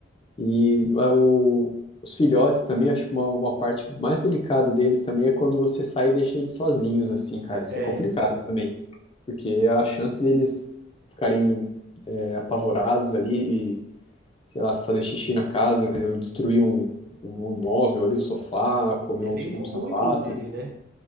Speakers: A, on the left; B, on the right.
A: E é, o- os filhotes também, acho que uma, uma parte mais delicada deles também é quando você sai e deixa eles sozinhos, assim, cara. Isso
B: É,
A: é complicado
B: então.
A: também, porque a chance deles ficarem é, apavorados ali sei lá, fazer xixi na casa, eu destruí um, um móvel ali, o sofá, comer
B: É
A: um,
B: bem
A: um
B: comum,
A: sapato
B: inclusive,
A: ali.
B: né?